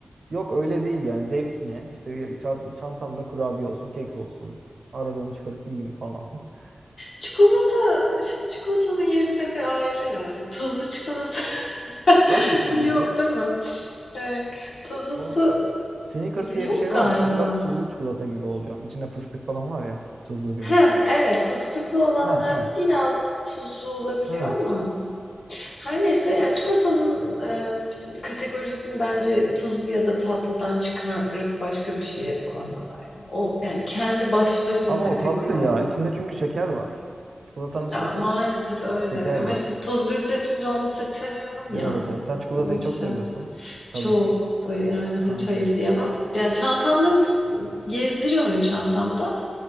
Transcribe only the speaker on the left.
Çikolata, şimdi çikolatanın yeri de bir ayrı ya. Hani tuzlu çikolata <laughs>
yok değil mi? Evet. Tuzlusu
yok
galiba.
Ha evet fıstıklı olanlar
biraz tuzlu olabiliyor
ama her neyse yani çikolatanın e, kategorisini bence tuzlu ya da tatlıdan çıkarıp başka bir şeye koymalar ya. O yani kendi başlı başına
bir kategori
olan
Ya,
maalesef öyle
ama
işte tuzluyu seçince onu seçemiyorum ya.
Onun için
çok
baya yani
hiç hayır diyemem. Yani çantamda s gezdiriyor muyum çantamda?